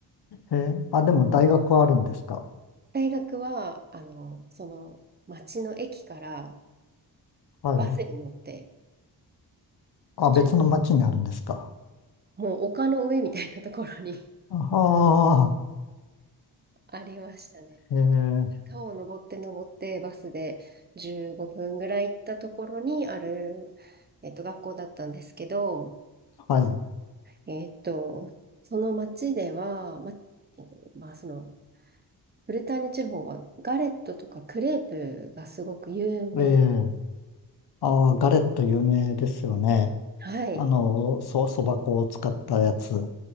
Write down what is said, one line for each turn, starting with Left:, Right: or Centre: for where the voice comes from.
Left: え、ええあ、でも大学はあるんですか
Right: 大学は、あの、その町の駅から
Left: はい。
Right: バスに乗って、
Left: あ、
Right: じゅう
Left: 別の町にあるんですか
Right: もう丘の上みたいなところに <laughs>
Left: ああ
Right: ありましたね。
Left: ええ、
Right: 川を登って登ってバスで15分ぐらい行ったところにある、えっと、学校だったんですけど、
Left: はい。
Right: えっと、その町では、ま、えっと、まあ、その、ブルターニュ地方はガレットとかクレープがすごく有名。
Left: ええ、ああ、ガレット有名ですよね。
Right: はい。
Left: あの、そ、そば粉を使ったやつ。